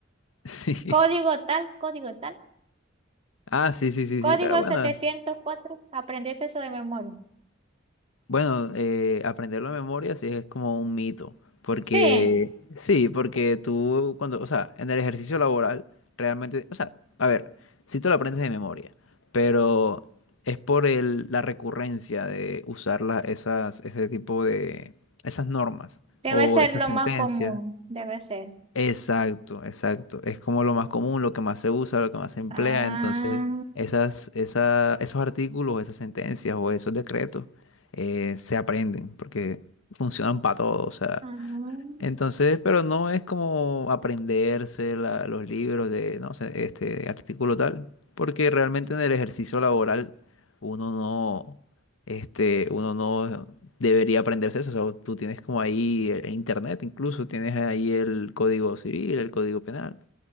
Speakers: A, on the left (about 85°); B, on the right (about 30°).
A: <laughs> sí,
B: Código tal, código tal.
A: ah, sí, sí, sí,
B: Código
A: sí, pero bueno,
B: 704 aprendes eso de memoria.
A: Bueno, eh, aprenderlo de memoria sí es como un mito, porque
B: Sí,
A: sí, porque tú cuando, o sea, en el ejercicio laboral realmente, o sea, a ver, sí te lo aprendes de memoria, pero es por el, la recurrencia de usar la- esas, ese tipo de, esas normas
B: debe
A: o
B: ser
A: esas
B: lo
A: sentencias.
B: más común, debe ser.
A: Exacto, exacto. Es como lo más común, lo que más se usa, lo que más se emplea.
B: Ah,
A: Entonces, esas, esa- esos artículos, esas sentencias o esos decretos eh, se aprenden porque funcionan para todo. O sea,
B: ah,
A: entonces, pero no es como aprenderse la- los libros de, no sé, este artículo tal, porque realmente en el ejercicio laboral uno no, este, uno no debería aprenderse eso. O sea, tú tienes como ahí el el internet, incluso tienes ahí el código civil, el código penal